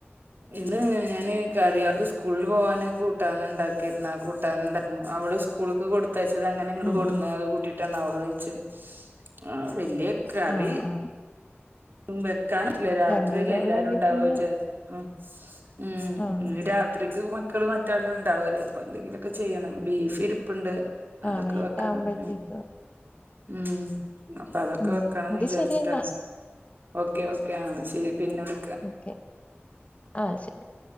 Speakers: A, on the right; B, on the left.
A: ഇന്ന് ഞാന് കറിയാക്ക് സ്കൂളിൽ പോകാന് കൂട്ടാൻ ഉണ്ടാക്കാരുന്നു ആ കൂട്ടാൻ ഉണ്ടായിരുന്നു അവള് സ് കൂൾക്ക്‌ കൊടുത്തയച്ചത് അങ്ങനെ ഇങ്ങട്
B: ഉം
A: കൊട്ന്നു
B: ഉം
A: അത് കൂട്ടിട്ടാണ് അവളു കഴിച്ചേ ആ വല്യേ കറി
B: ആഹ് ആഹ്
A: വെക്കാനല്ലേ രാത്രിയല്ലേ
B: രണ്ടുപേരേ
A: എല്ലാവരും
B: ഉള്ളെങ്കി
A: ഉണ്ടാവാ
B: പിന്നെ
A: വിചാരിച്ചു ഉം ഉം
B: ആഹ്
A: ഇന്ന് രാത്രിക്ക് മക്കള് മറ്റെല്ലം ഇണ്ടാവൂ ലേ അപ്പൊ എന്തെങ്കിലോക്കെ ചെയ്യണം ബീഫ് ഇരു പ്പുണ്ട്
B: ആഹ്
A: അതൊക്ക
B: വൈകിട്ടാവുമ്പഴത്തേക്ക്
A: വെക്കണം ഉം ഉം അപ്പ അതൊക്ക വെക്കണം
B: ഉം എങ്കി
A: ന്ന് വിചാര്ച്ചിട്ടാണ്
B: ശരി എന്നാ
A: ഓക്കേ ഓക്കെ ആ ശരി പിന്നെ വിളി
B: ഓക്കെ ആ ശരി